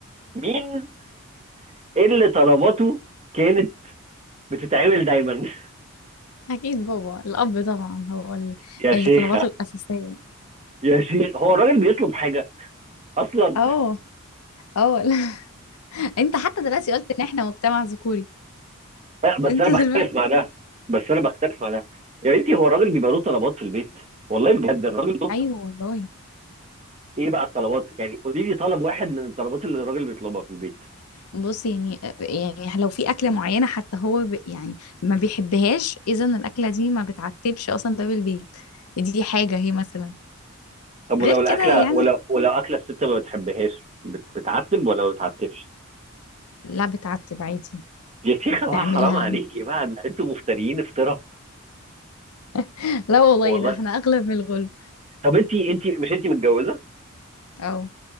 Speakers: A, on the right; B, on the left.
A: مين اللي طلباته كانت بتتعمل دايما <laughs>
B: أكيد بابا الأب طبعا هو ال-
A: يا
B: اللي
A: شيخة
B: طلباته الأساسية
A: يا شيخ هو الراجل بيطلب حاجة أصلا
B: اه اه لا. <laughs> أنت حتى دلوقتي قلت إن إحنا مجتمع ذكوري
A: لا بس
B: انت
A: انا بختلف
B: دلوقتي
A: مع ده بس انا بختلف مع ده يا بنتي هو الراجل بيبقى له طلبات في البيت والله بجد الراجل له
B: <laughs> أيوه والله
A: ايه بقى الطلبات يعني قولي لي طلب واحد من الطلبات اللي الراجل بيطلبها في البيت
B: بص يعني يعني لو في أكلة معينة حتى هو ب... يعني ما بيحبهاش إذا الأكلة دي ما بتعتبش أصلا باب البيت دي حاجة هي مثلا
A: طب ولو
B: غير
A: الاكله
B: كده يعني
A: ولو ولو اكله الست ما بتحبهاش بت- بتعتب ولا ما بتعتبش
B: لا بتعتب عادي
A: يا شيخه
B: وبتعملها
A: بقى حرام
B: عادي
A: عليكي بقى ده انتوا مفتريين افتراء
B: <laughs> لا والله
A: والله
B: ده إحنا أغلب من الغلب
A: طب انت انت مش انت متجوزه
B: اه